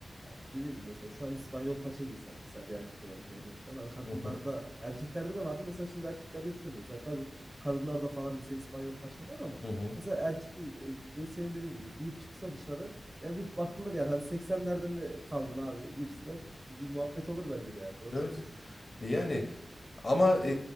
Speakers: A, on the right (about 20°); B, on the left (about 40°).
A: yani dediğim gibi mesela şu an İspanyol paça giysem mesela bir erkek olarak örnek veriyorum. Hani kadınlarda
B: Hı hı.
A: erkeklerde de vardı mesela şimdi erkeklerde hiç görmüyoruz. Yani tabii kadınlarda falan mesela İspanyol paça var ama
B: Hı hı.
A: mesela erkek e, e, senin dediğin gibi giyip çıksa dışarı ya bir bakılır yani hani 80'lerde mi kaldın abi gibisinden bir muhabbet olur bence de yani doğru
B: Evet.
A: söylüyorsun.
B: E, Yani ama e,